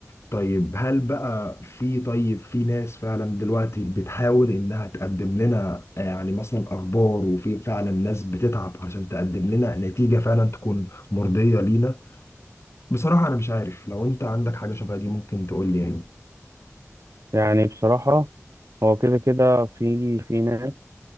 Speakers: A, on the left (about 60°); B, on the right (about 75°).
A: طيب هل بقى في طيب في ناس فعلا دلوقتي بتحاول انها تقدم لنا آه، يعني مثلا اخبار وفي فعلا ناس بتتعب عشان تقدم لنا نتيجه فعلا تكون مرضيه لينا بصراحه انا مش عارف لو انت عندك حاجه شبه دي ممكن تقول لي يعني
B: يعني بصراحة هو كده كده في في ناس